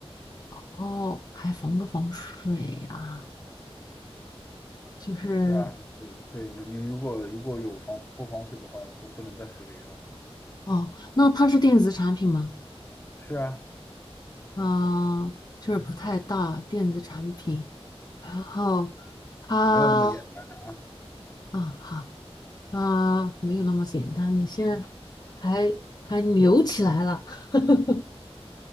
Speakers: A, on the left; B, on the left.
A: 哦，还防不防水啊？就是
B: 对吧？对对，你你如果如果有防不防水的话，就不能在水里用。
A: 哦，那它是电子产品吗？
B: 是啊，
A: 嗯、就是不太大，电子产品。然后它，
B: 没有那么简单的啊，
A: 嗯，好。啊、没有那么简单。你现在还还扭起来了，<laughs>